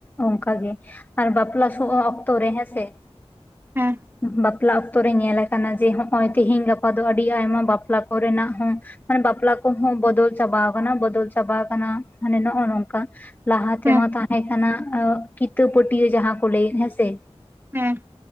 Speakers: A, on the left (about 15°); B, on the right (about 20°).
A: ᱚᱱᱠᱟ ᱜᱮ᱾ ᱟᱨ ᱵᱟᱯᱞᱟ ᱥᱚᱦᱚᱜ ᱚᱠᱛᱚ ᱨᱮ ᱦᱮᱸᱥᱮ
B: ᱦᱮᱸ
A: ᱵᱟᱯ- ᱯᱞᱟ ᱚᱠᱛᱚ ᱨᱮ ᱧᱮᱞ ᱟᱠᱟᱱᱟ ᱡᱮ ᱦᱚᱸᱜ-ᱚᱭ ᱛᱮᱦᱮᱧ ᱜᱟᱯᱟ ᱫᱚ ᱟᱹᱰᱤ ᱟᱭᱢᱟ ᱵᱟᱯᱞᱟ ᱠᱚᱨᱮᱱᱟᱜ ᱦᱚᱸ ᱢᱟᱱᱮ ᱵᱟᱯᱞᱟ ᱠᱚᱦᱚᱸ ᱵᱚᱫᱚᱞ ᱪᱟᱵᱟ ᱟᱠᱟᱱᱟ ᱵᱚᱫᱚᱞ ᱪᱟᱵᱟ ᱟᱠᱟᱱᱟ ᱢᱟᱱᱮ ᱱᱚᱜ-ᱚ ᱱᱚᱝᱠᱟ ᱞᱟᱦᱟ ᱛᱮᱢᱟ
B: ᱦᱮᱸ
A: ᱛᱟᱦᱮᱸ ᱠᱟᱱᱟ ᱠᱤᱛᱟᱹ ᱯᱟᱹᱴᱭᱟᱹ ᱡᱟᱦᱟᱸ ᱠᱚ ᱞᱟᱹᱭᱮᱫ ᱦᱮᱸᱥᱮ᱾
B: ᱦᱮᱸ